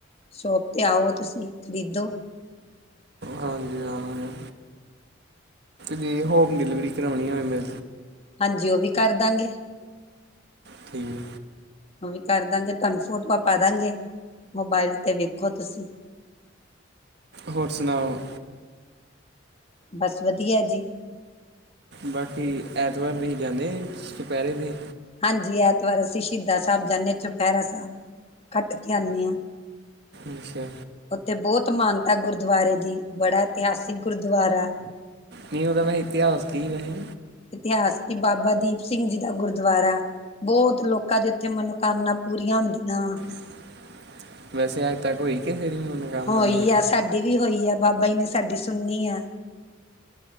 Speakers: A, on the left (about 30°); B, on the right (about 55°).
A: ਸ਼ੋਪ ਤੇ ਆਓ ਤੁਸੀਂ ਖਰੀਦੋ।
B: ਹਾਂਜੀ ਅਵਾਗੇ। ਜੇ ਹੋਮ ਡਿਲੀਵਰੀ ਕਰਾਉਣੀ ਹੋਵੇ ਮੈ।
A: ਹਾਂਜੀ, ਉਹ ਵੀ ਕਰ ਦਾਂਗੇ।
B: ਠੀਕ।
A: ਉਹ ਵੀ ਕਰ ਦਾਂਗੇ, ਤੁਹਾਨੂੰ ਫੋਟੋਆਂ ਪਾ ਦਾਂਗੇ ਮੋਬਾਇਲ ਤੇ ਵੇਖੋ ਤੁਸੀਂ।
B: ਹੋਰ ਸੁਣਾਓ।
A: ਬਸ ਵਧੀਆ ਜੀ।
B: ਬਾਕੀ, ਐਤਵਾਰ ਵੀ ਜਾਂਦੇ ਚੁਪਹਿਰੇ ਤੇ?
A: ਹਾਂਜੀ, ਐਤਵਾਰ ਅਸੀਂ ਸ਼ਹੀਦ ਸਾਹਿਬ ਜਾਂਦੇ ਚੁਪਹਿਰਾ ਸਾਹਬ। ਕੱਟ ਕੇ ਆਂਦੇ ਆ।
B: ਅੱਛਾ।
A: ਉੱਥੇ ਬਹੁਤ ਮਾਨਤਾ ਗੁਰਦੁਆਰੇ ਦੀ ਬੜਾ ਇਤਿਹਾਸਿਕ ਗੁਰਦੁਆਰਾ।
B: ਨਹੀਂ ਉਹਦਾ ਵੈ ਇਤਿਹਾਸ ਦੀ ਵੈਹੈ?
A: ਇਤਿਹਾਸ ਕਿ, ਬਾਬਾ ਦੀਪ ਸਿੰਘ ਜੀ ਦਾ ਗੁਰਦੁਆਰਾ ਬਹੁਤ ਲੋਕਾਂ ਦੀ ਉੱਥੇ ਮਨੋਕਾਮਨਾ ਪੂਰੀਆਂ ਹੁੰਦੀਆਂ ਆ।
B: <unintelligible> ਵੈਸੇ ਅੱਜ ਤੱਕ ਹੋਈ ਕਿ ਤੇਰੀ ਮਨੋਕਾਮਨਾ
A: ਹੋਈ
B: ਪੂਰੀ?
A: ਆ ਸਾਡੀ ਵੀ ਹੋਈ ਆ ਬਾਬਾ ਜੀ ਨੇ ਸਾਡੀ ਸੁਣਨੀ ਆ